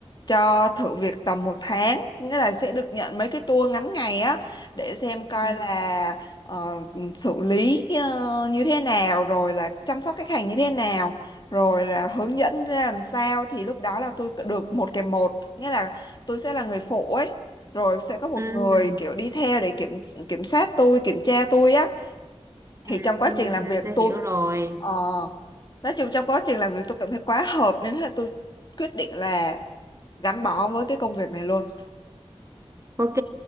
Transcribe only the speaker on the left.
cho thử việc tầm một tháng nghĩa là sẽ được nhận mấy cái tour ngắn ngày á để xem coi
là ờ, xử lý ờ, như thế nào rồi là chăm sóc khách hàng như thế nào rồi là hướng dẫn ra làm sao thì lúc đó là tôi được một kèm một nghĩa là tôi sẽ là người phụ ấy rồi sẽ có một
người kiểu đi theo để kiểm kiểm soát tôi kiểm tra tôi á
thì
trong quá trình làm việc
tôi
ờ, nói chung trong quá trình làm việc tôi cảm thấy quá hợp nên là tôi quyết định là gắn bó với cái công việc này luôn